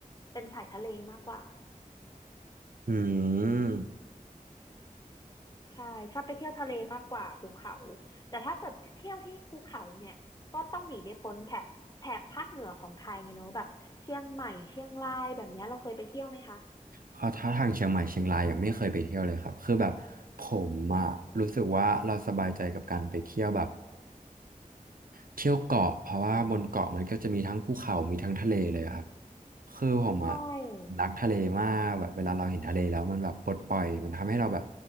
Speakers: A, on the left (about 30°); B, on the right (about 80°).
A: เป็นสายทะเลมากกว่า
B: อืม
A: ใช่ชอบไปเที่ยวทะเลมากกว่าภูเขาแต่ถ้าเกิดเที่ยวที่ภูเขาเนี่ยก็ต้องหนีไม่พ้นแถบแถบภาคเหนือของไทยเนอะแบบเชียงใหม่เชียงรายแบบเนี้ยเราเคยไปเที่ยวไหมคะ
B: พอถ้าทางเชียงใหม่เชียงรายยังไม่เคยไปเที่ยวเลยครับคือแบบผมอะรู้สึกว่าเราสบายใจกับการไปเที่ยวแบบเที่ยวเกาะเพราะว่าบนเกาะมันก็จะมีทั้งภูเขามีทั้งทะเลเลยครับคือผมอะ
A: ใช่
B: รักทะเลมากแบบเวลาเราเห็นทะเลแล้วมันแบบปลดปล่อยมันทำให้เราแบบ